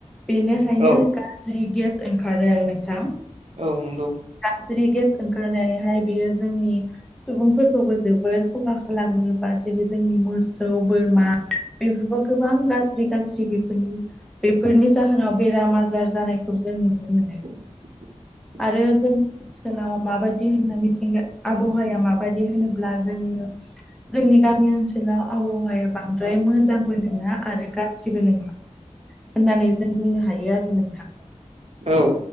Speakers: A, in the centre; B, on the right.
A: बेनिखायनो
B: औ
A: गाज्रि गेस ओंखारो आरो नोंथां
B: औ नंगौ
A: गाज्रि गेस ओंखारनानैहाय बेयो जोंनि सुबुंफोरखौबो जोबोर खहा खालामो बा जेरै जोंनि मोसौ बोरमा बेफोरबो गोबां गाज्रि गाज्रि बेफोरनि बेफोरनि जाहोनाव बेराम आजार जानायखौ जों नुनो मोनो
B: <inaudible>
A: आरो जों ओनसोलाव माबायदि होनना मिथिंगा आबहावाया माबायदि होनोब्ला जोङो जोंनि गामि ओनसोलाव आबहावाया बांद्राय मोजांबो नङा आरो गाज्रिबो नङा होननानै जों बुंनो हायो आरो नोंथां
B: औ